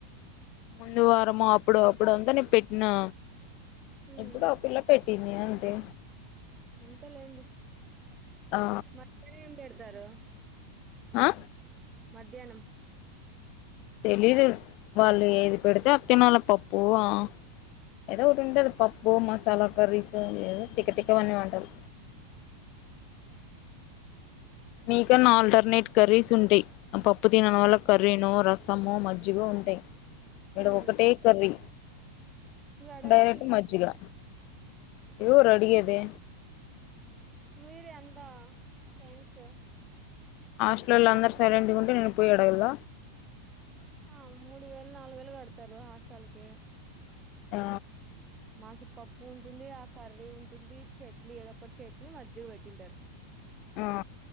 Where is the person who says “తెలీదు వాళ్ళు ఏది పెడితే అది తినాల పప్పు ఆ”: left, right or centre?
Left